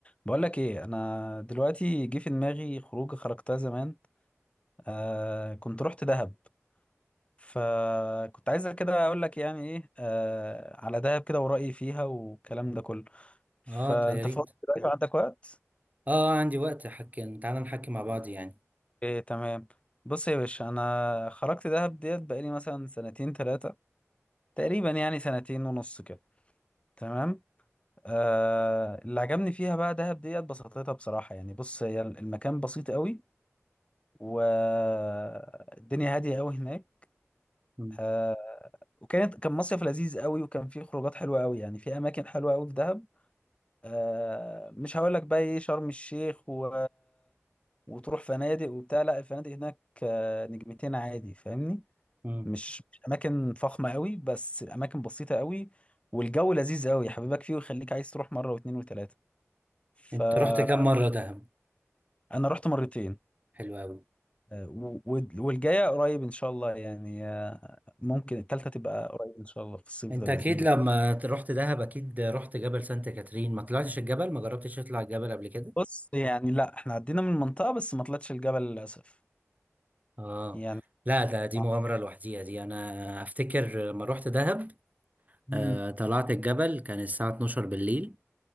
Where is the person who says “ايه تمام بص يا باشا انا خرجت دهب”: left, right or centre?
Left